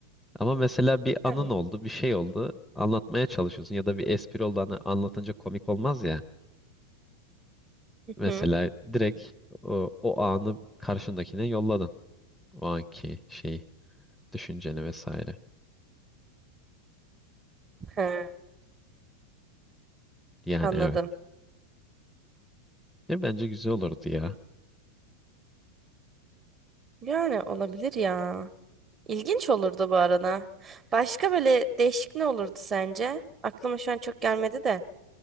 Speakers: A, in the centre; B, on the right.
A: Ama mesela bir anın
B: Tamam.
A: oldu, bir şey oldu, anlatmaya çalışıyorsun ya da bir espri oldu hani anlatınca komik olmaz ya.
B: Hı
A: Mesela
B: hı.
A: direkt o, o anı karşındakine yolladın. O anki şeyi, düşünceni vesaire.
B: Ha,
A: Yani
B: anladım.
A: evet. Ya bence güzel olurdu ya.
B: Yani olabilir ya. İlginç olurdu bu arada. Başka böyle değişik ne olurdu sence? Aklıma şu an çok gelmedi de.